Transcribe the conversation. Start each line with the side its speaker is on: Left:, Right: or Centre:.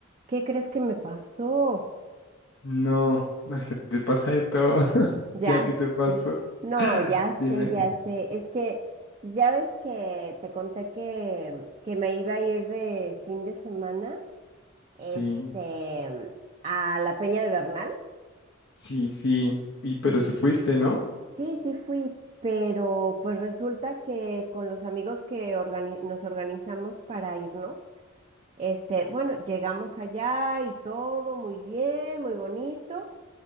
Right: ¿Qué crees que me pasó?
Left: No, es que te pasa de todo, <laughs> ya
Right: Ya
Left: que te pasó.
Right: sé. No,
Left: <laughs>
Right: ya sé,
Left: Dime,
Right: ya sé. Es que ya ves que te conté que, que me iba a ir de fin de semana, este,
Left: sí,
Right: a la Peña de Bernal.
Left: sí, sí, y, pero
Right: Y
Left: si fuiste, ¿no?
Right: sí, sí fui, pero pues resulta que con los amigos que organi- nos organizamos para irnos, este, bueno, llegamos allá y todo muy bien, muy bonito.